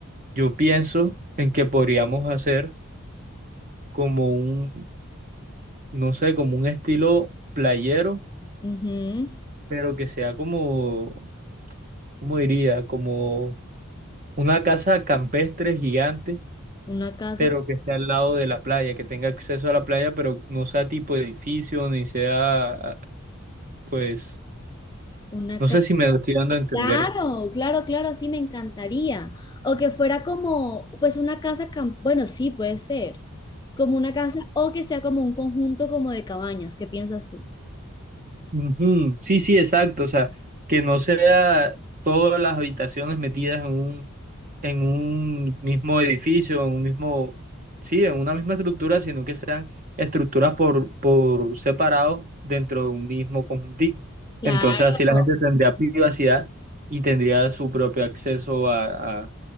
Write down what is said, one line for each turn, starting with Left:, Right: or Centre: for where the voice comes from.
Right: yo pienso en que podríamos hacer como un, no sé, como un estilo playero,
Left: Ujú,
Right: pero que sea como, ¿cómo diría? Como una casa campestre gigante,
Left: Una casa,
Right: pero que esté al lado de la playa, que tenga acceso a la playa, pero no sea tipo edificio, ni sea, pues,
Left: una
Right: no
Left: casa.
Right: sé si me lo estoy dando a entender.
Left: Claro, claro, claro, sí, me encantaría. O que fuera como, pues una casa, cam- bueno, sí, puede ser. Como una casa o que sea como un conjunto como de cabañas. ¿Qué piensas tú?
Right: Ujú, Sí, sí, exacto. O sea, que no sea todas las habitaciones metidas en un, en un mismo edificio, en un mismo, sí, en una misma estructura, sino que sean estructuras por, por separado dentro de un mismo conjuntico.
Left: Claro.
Right: Entonces así la gente tendría privacidad y tendría su propio acceso a, a-